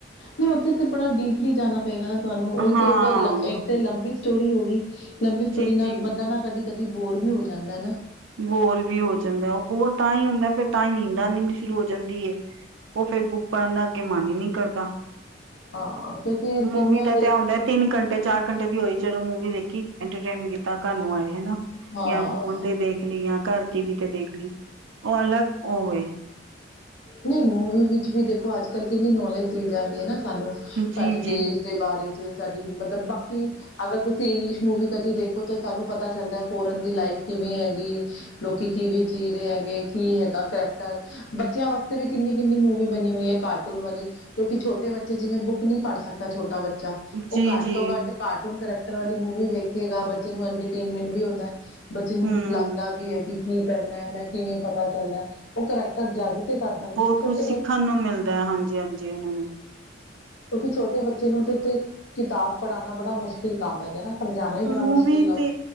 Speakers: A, on the left; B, on the right.
A: ਨਈਂ ਓਥੇ ਤੇ ਬੜਾ ਡੀਪਲੀ ਜਾਣਾ ਪਏਗਾ ਨਾ ਤੁਆਨੂੰ ਓਇ
B: ਹਾਂ
A: ਤੇ ਹੋ ਗਿਆ ਇੱਕ ਤੇ ਲੰਬੀ ਸਟੋਰੀ ਹੋ ਗਈ, ਲੰਬੀ ਸਟੋਰੀ
B: ਜੀ
A: ਨਾਲ
B: ਜੀ
A: ਬੰਦਾ ਨਾ ਕਦੀ-ਕਦੀ ਬੋਰ ਵੀ ਹੋ ਜਾਂਦਾ ਨਾ।
B: ਬੋਰ ਵੀ ਹੋ ਜਾਂਦਾ, ਓ ਬੋਰ ਤਾਂਹੀ ਹੁੰਦਾ ਫੇਰ ਤਾਂਹੀ ਨੀਂਦ ਆਨੀ ਸ਼ੁਰੂ ਹੋ ਜਾਂਦੀ ਏ। ਓ ਫੇਰ ਬੁੱਕ ਪੜ੍ਹਨ ਦਾ ਅੱਗੇ ਮਨ ਈਂ ਨਈਂ ਕਰਦਾ।
A: ਹਾਂ, ਕਿਉਂਕਿ
B: ਮੂਵੀ
A: ਫਿਲਮੈਂ
B: ਦਾ
A: ਦੇਖ
B: ਤੇ ਹੁੰਦਾ ਤਿੰਨ ਘੰ, ਟੇ ਚਾਰ ਘੰਟੇ ਦੀ ਹੋਈ ਚਲੋ ਮੂਵੀ ਦੇਖੀ ਇੰਟਰਟੇਨਮ ਕੀਤਾ ਘਰ ਨੂੰ ਆਏ, ਹੈਨਾ।
A: ਹਾਂ।
B: ਯਾਂ ਫੋਨ ਤੇ ਦੇਖ ਲਈ ਯਾਂ ਘਰ ਟੀਵੀ ਤੇ ਦੇਖ ਲਈ, ਓ ਅਲੱਗ ਓ ਵੇ।
A: ਨਈਂ, ਮੂਵੀ ਵਿੱਚ ਵੀ ਦੇਖੋ ਅੱਜ-ਕੱਲ ਕਿੰਨੀ ਨੌਲੇਜ ਦੀ ਜਾਂਦੀ ਐਨਾ ਸਾਨੂੰ।
B: ਜੀ
A: ਸਾਡੇ
B: ਜੀ
A: ਦੇਸ਼ ਦੇ ਬਾਰੇ ਚ ਸਾਡੀ ਮਤਲਬ, ਬਾਕੀ ਅਗਰ ਤੁਸੀਂ ਇੰਗਲਿਸ਼ ਮੂਵੀ ਕਦੀ ਦੇਖੋ, ਤਾਂ ਸਾਨੂੰ ਪਤਾ ਚੱਲਦਾ ਫੋਰਨ ਦੀ ਲਾਈਫ ਕਿਵੇਂ ਹੈਗੀਏ? ਲੋਕੀ ਕਿਵੇਂ ਜੀ ਰਹੇ ਹੈਗੇ, ਕੀ ਹੈਗਾ ਕਰੈਕਟਰ। ਬੱਚਿਆਂ ਵਾਸਤੇ- ਵੀ ਕਿੰਨੀ-ਕਿੰਨੀ ਮੂਵੀ ਬਣੀ ਹੋਈ ਐ, ਕਾਰਟੂਨ ਵਾਲੀ। ਕਿਉਂਕਿ ਛੋਟੇ ਬੱਚੇ ਜਿਵੇਂ ਬੁੱਕ ਨੀਂ ਪੜ ਸਕਦਾ ਛੋਟਾ ਬੱਚਾ,
B: ਜੀ
A: ਓ ਘੱਟ
B: ਜੀ
A: ਤੋਂ ਘੱਟ ਕਾਰਟੂਨ ਕਰੈਕਟਰ ਵਾਲੀ ਮੂਵੀ ਵੇਖੇਗਾ, ਬੱਚੇ ਨੂੰ ਇੰਟਰਟੇਨਮੈਂਟ ਵੀ ਹੁੰਦੈ। ਬੱਚੇ ਨੂੰ
B: ਹੂੰ
A: ਲੱਗਦਾ ਵੀ ਐ ਕਿ, ਕੀ ਕਰਨੈ ਮੈਂ ਕਿਵੇਂ ਪਤਾ ਚੱਲਦਾ ਓ ਕਰੈਕਟਰ ਜੱਜ ਤੇ ਕਰ ਸਕਦਾ
B: ਬੋਤ
A: ਨਾ ਛੋਟੇ
B: ਕੁਛ ਸਿੱਖਣ
A: ਬੱਚੇ
B: ਨੂੰ ਮਿਲਦਾ ਐ ਹਾਂਜੀ-ਹਾਂਜੀ, ਓਨਾਂ ਨੂੰ।
A: ਕਿਉਂਕਿ ਛੋਟੇ ਬੱਚੇ ਨੂੰ ਤੇ ਕਿਤਾਬ ਪੜਾਣਾ ਬੜਾ ਮੁਸ਼ਕਿਲ ਕੰਮ ਹੈਗਾ ਨਾ। ਸਮਝਾਉਣਾ ਹੀ ਬੜਾ
B: ਮੂੰਵੀ
A: ਮੁਸ਼ਕਿਲ
B: ਤੇ